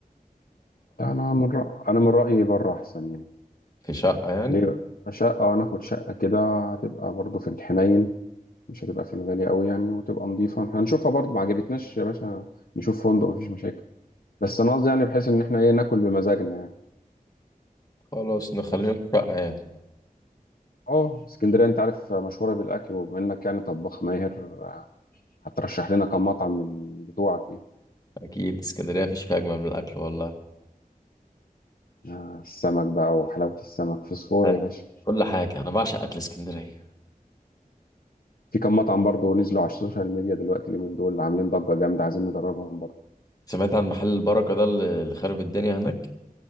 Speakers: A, on the left; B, on the left.
A: لا انا من رأ... انا من رأيي بره احسن يعني
B: في شقة يعني
A: ليه شقة وانا اخد شقة كده هتبقى برضو في الحنين مش هتبقى في المغالي قوي يعني وتبقى نظيفة هنشوفها برضو ما عجبتناش يا باشا نشوف فندق مفيش مشاكل بس انا قصدي يعني بحيث ان احنا ايه ناكل بمزاجنا يعني
B: خلاص نخلينا
A: انت عارف
B: في شقة يعني
A: اه اسكندرية انت عارف مشهورة بالاكل وبما انك يعني طباخ ماهر آه، هترشح لنا كم مطعم من بتوعك ايه
B: اكيد اسكندريه مفيش فيها اجمل من الاكل والله
A: آه، السمك بقى وحلاوة السمك فسفور
B: أه.
A: يا باشا
B: كل حاجه انا بعشق اكل اسكندريه
A: في كم مطعم برضو نزلوا على السوشيال ميديا دلوقتي اليومين دول عاملين ضجة جامدة عايزين نجربهم برضو
B: سمعت عن محل البركه ده اللي اللي خرب الدنيا هناك